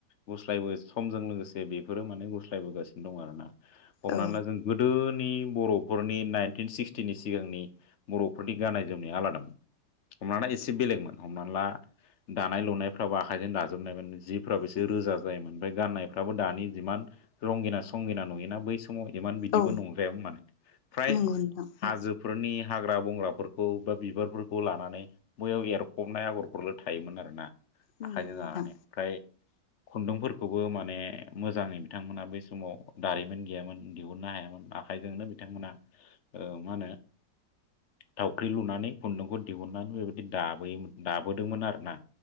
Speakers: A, on the left; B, on the left.
A: गुस्लायबो समजों लोगोसे बेफोरो माने गुस्लायबोगासिनो दं आरोना हमनानै
B: औ
A: ला जों गोदो नि बर'फोरनि नाइनटिन सिक्सटिनि सिगांनि बर'फोरनि गाननाय जोमनाया आलादामोन हमना एसे बेलेगमोन हमना ला दानाय लुनायफ्रावबो आखाइजों दाजोबनायमोन जिब राबो एसे
B: नंगौ
A: रोजा जायोमोन ओमफ्राय गाननायफ्राबो दानि जिमान रंगिना संगना नुयोना बै। समाव इमान बिदिबो
B: औ
A: नंद्राया मा फ्राय
B: नंगौ नोंथां
A: हाजो फोरनि हाग्रा बंग्राफोरखौ बा बिबारफोरखौ लानानै बयाव एरफबनाय आगरफोरल' थायोमोन आरोना
B: नंगौ
A: आखाइजों
B: नोंथां
A: जानानै ओमफ्राय खुन्दुंफोरखौबो माने मोजाङै बिथांमोना बै समाव दारिमिन गैयामोन दिहुननो हायामोन आखाइजोंनो बिथांमोना ओ मा होनो थावख्रि लुनानै खुन्दुंखौ दिहुननानै बेबायदि दाबोयोमोन दाबोदोंमोन आरोना